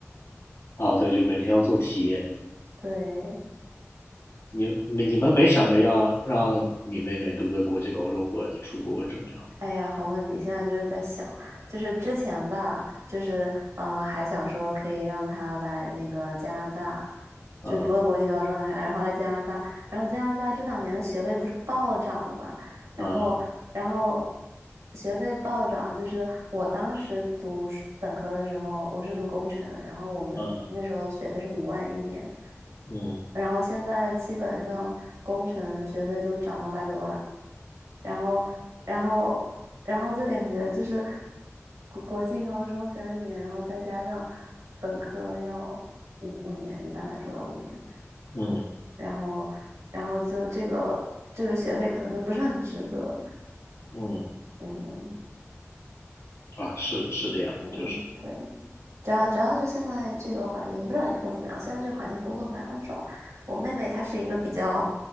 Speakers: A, on the left (about 65°); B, on the right (about 75°).
A: 啊对，就每天要做题。
B: 对，
A: 你你你们没想着要让你妹妹读个国际高中或者是出国什么样的？
B: 哎呀，好问题！现在就是在想，就是之前吧，就是嗯、呃还想说可以让他来那个加拿大，
A: 嗯
B: 就读个国际高中还然后来加拿大，然后加拿大这两年的学位不是暴涨嘛，然后，
A: 嗯
B: 然后学费暴涨，就是我当时读是本科的时候，我是读工程，然后我们那时候学费是五万一年，
A: 嗯嗯
B: 然后现在基本上工程学费都涨到八九万，然后，然后，然后就感觉就是国国际高中三年，然后再加上本科要五五年，一般来说要五年，
A: 嗯
B: 然后，然后就这个这个学费可能就不是很值得。
A: 嗯
B: 嗯
A: 啊，是是这样的，
B: 嗯，
A: 就是
B: 对，主要主要是现在这个环境，不知道以后怎么样。现在这环境工作不太好找。我妹妹她是一个比较